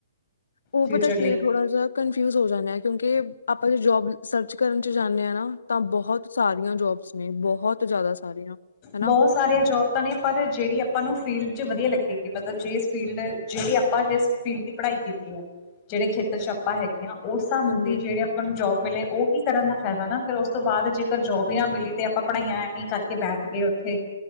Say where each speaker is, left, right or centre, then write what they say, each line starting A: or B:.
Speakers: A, on the left; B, on the left.
A: ਉਹ
B: ਫਿਊਚਰ
A: ਪਤਾ ਕੀ
B: ਲਈ
A: ਹੈ ਥੋੜਾ ਜਿਹਾ। ਕਨਫਿਊਜ ਹੋ ਜਾਂਦੇ ਆ ਕਿਉਂਕਿ ਆਪਾਂ ਜੇ ਜੋਬ ਸਰਚ ਕਰਨ ਜਾਂਦੇ ਹਾਂ ਨਾ ਤਾਂ ਬਹੁਤ ਸਾਰੀਆਂ ਜੋਬ ਨੇ ਬਹੁਤ ਜ਼ਿਆਦਾ ਸਾਰੀਆਂ ਹਨਾ।
B: ਬਹੁਤ ਸਾਰੀਆਂ ਜੋਬ ਤਾਂ ਨੇ ਪਰ ਜਿਹੜੀ ਆਪਾਂ ਨੂੰ ਫੀਲਡ 'ਚ ਵਧੀਆ ਲੱਗੇਗੀ ਮਤਲਬ ਜਿਸ ਫੀਲਡ ਜਿਹੜੀ ਆਪਾਂ ਜਿਸ ਫੀਲਡ ਦੀ ਪੜਾਈ ਕੀਤੀ ਆ, ਜਿਹੜੇ ਖੇਤਰ ਚ ਆਪਾਂ ਹੈਗੇ ਆ ਉਸ ਹਿਸਾਬ
A: ਹਾਂਜੀ
B: ਦੀ ਜਿਹੜੇ ਆਪਾਂ ਨੂੰ ਜੋਬ ਮਿਲੇ ਉਹੀ ਕਰਨ ਦਾ ਫਾਇਦਾ ਨਾ ਫੇਰ ਉਸ ਤੋਂ ਬਾਅਦ ਜੇਕਰ ਜੋਬ ਹੀ ਨਾ ਮਿਲੀ ਤਾਂ ਆਪਾਂ ਪੜਾਈਆਂ ਆ। ਨੀ ਕਰਕੇ ਬੈਠ ਗਏ ਉੱਥੇ।